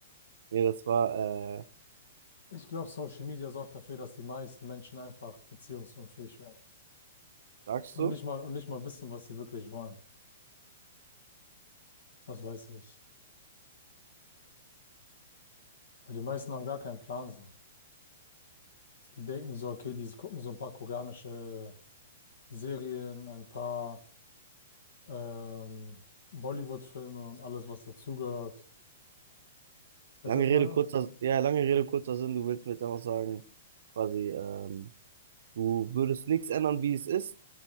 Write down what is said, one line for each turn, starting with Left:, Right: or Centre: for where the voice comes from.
Right: Nee, das war, äh,
Left: Ich glaube, Social Media sorgt dafür, dass die meisten Menschen einfach beziehungsunfähig werden.
Right: sagst
Left: Und
Right: du?
Left: nicht mal, und nicht mal wissen, was sie wirklich wollen. Das weiß ich. Weil die meisten haben gar keinen Plan so. Die denken so, okay, die gucken so ein paar koreanische Serien, ein paar ähm, Bollywood-Filme und alles, was dazugehört. Weißt
Right: Lange
Left: du, was ich
Right: Rede,
Left: meine?
Right: kurzer, ja, lange Rede, kurzer Sinn, du willst mir jetzt einfach sagen, quasi, ähm, du würdest nichts ändern, wie es ist,